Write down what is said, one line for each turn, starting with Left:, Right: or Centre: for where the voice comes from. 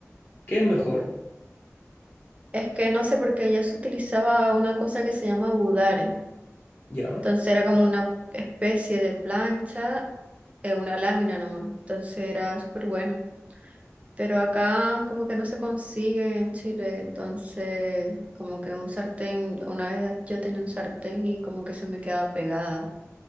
Left: ¿Qué es mejor?
Right: Es que no sé, porque ya se utilizaba una cosa que se llama budare.
Left: ¿Ya?
Right: Entonces era como una especie de plancha, eh, una lámina nomás. Entonces era súper bueno. Pero acá como que no se consigue en Chile, entonces como que un sartén, una vez yo tenía un sartén y como que se me quedaba pegada,